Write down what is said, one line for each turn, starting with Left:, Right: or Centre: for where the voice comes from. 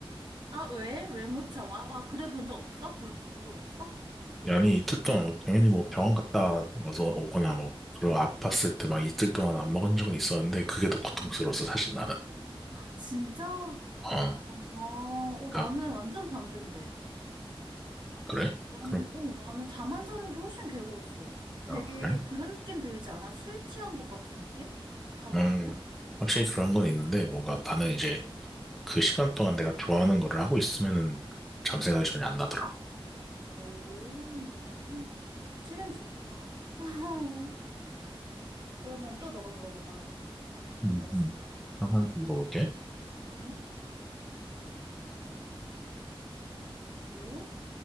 Right: 아, 왜? 왜 못 참아? 아, 그래 본 적 없어? 굶어 본적 없어?
Centre: 아니 이틀 동안 뭐 당연히 뭐 병원 갔다 와서 오거나 뭐 그런 아팠을 때 막 이틀 동안 안 먹은 적은 있었는데 그게 더 고통스러웠어
Right: 어.
Centre: 사실 나는.
Right: 진짜?
Centre: 어,
Right: 아, 어, 나는
Centre: 아
Right: 완전 반대인데.
Centre: 그래?
Right: 나는,
Centre: 그럼
Right: 어, 나는 잠 안 자는 게 훨씬 괴로웠어. 되게
Centre: 아 그래?
Right: 그런 느낌 들지 않아? 술 취한 것 같은 느낌? 잠
Centre: 음
Right: 안 자면?
Centre: 확실히 그런 건 있는데 뭔가 나는
Right: 응.
Centre: 이제 그 시간 동안 내가 좋아하는 거를 하고 있으면은 잠 생각이 전혀 안 나더라고.
Right: 오, 체력이 좋구나. <laughs> 그러면 또 너가 물어봐봐.
Centre: 음,
Right: 뭐가 있을까?
Centre: 음. 한번 물어볼게.
Right: 응? 뭐?